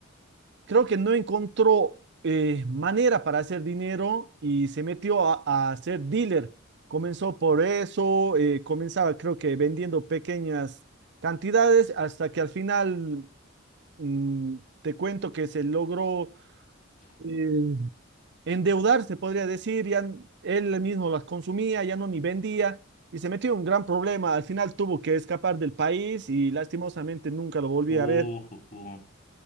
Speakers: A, on the right; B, on the left.
A: creo que no encontró eh, manera para hacer dinero y se metió a, a ser dealer. Comenzó por eso, eh, comenzaba creo que vendiendo pequeñas cantidades hasta que al final mm, te cuento que se logró eh, endeudar, se podría decir, ya él mismo las consumía, ya no ni vendía y se metió en un gran problema. Al final tuvo que escapar del país y lastimosamente nunca lo volví
B: Uh,
A: a ver.
B: uh, uh.